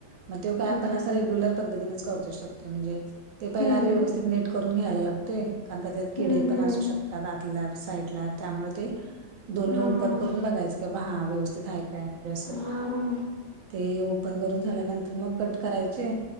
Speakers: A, on the right; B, on the left.
A: मग तेव काय,
B: अच्छा.
A: आपण अस रेग्युलर पद्धतीनेच करतोय शकतोय म्हणजे ते पहिला
B: हं,
A: आधी
B: हं.
A: व्यवस्थित नीट. करून घ्यायला लागतोय कारण त्या त्यात किडे
B: हं,
A: पण
B: हं.
A: असू शकतात आातल्या साईडला त्यामुळे ते. दोन्ही
B: हां,
A: ओपन
B: हां.
A: करून बघायचं का बा हा व्यवस्थित आहे काय म्हणजे असं.
B: हां, हां.
A: ते ओपन करून झाल्यानंतर मग कट करायचे